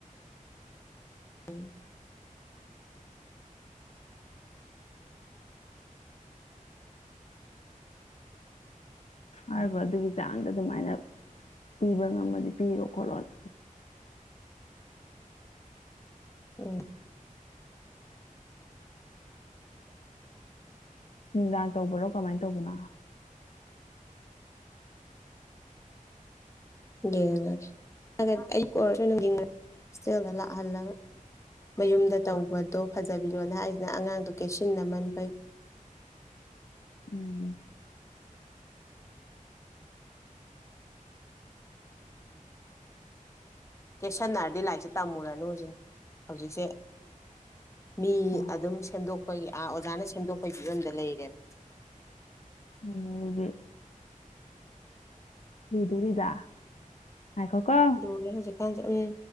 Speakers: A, on the left (about 20°); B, on the left (about 55°).
A: ꯎꯝ
B: ꯍꯥꯏꯔꯤꯕ ꯑꯗꯨꯒꯤ ꯆꯥꯡꯗ ꯑꯗꯨꯃꯥꯏꯅ ꯄꯤꯕ ꯉꯝꯃꯗꯤ ꯄꯤꯔꯣ ꯈꯣꯠꯂꯣꯅ
A: ꯎꯝ
B: ꯅꯨꯡꯗꯥꯡ ꯇꯧꯕꯔꯣ ꯀꯃꯥꯏꯅ ꯇꯧꯕꯅꯣ
A: ꯌꯦꯡꯉꯒꯦꯒꯗꯤ ꯑꯩ ꯀ ꯑꯣꯏꯔꯁꯨꯡ ꯍꯣꯁꯇꯦꯜꯗ ꯂꯥꯛꯍꯜꯂꯒ ꯃꯌꯨꯝꯗ ꯇꯧꯕꯗꯣ ꯐꯖꯕꯤꯂꯣꯅ ꯍꯥꯏꯁꯤꯅ ꯑꯉꯥꯡꯗꯣ ꯀꯩꯁꯤꯟꯅꯃꯟꯕ
B: ꯎꯝ
A: ꯀꯦꯁꯟꯅꯔꯗꯤ ꯂꯥꯏꯔꯤꯛꯁꯦ ꯇꯝꯃꯨꯔꯅꯨ ꯍꯧꯖꯤꯛꯅꯦ ꯍꯧꯖꯤꯛꯁꯦ ꯃꯤ
B: ꯑꯣ
A: ꯑꯗꯨꯝ ꯁꯦꯝꯗꯣꯛꯄꯒꯤ ꯑꯥ ꯑꯣꯖꯥꯅ ꯁꯦꯝꯗꯣꯛꯄꯒꯤ ꯐꯤꯕꯝꯗ ꯂꯩꯔꯦꯕ
B: ꯎꯗꯤ ꯂꯨꯗꯨꯔꯤꯗ ꯉꯥꯢꯈꯣꯀꯣ
A: ꯍꯧꯖꯤꯛꯀꯥꯟꯖꯦ ꯎꯝ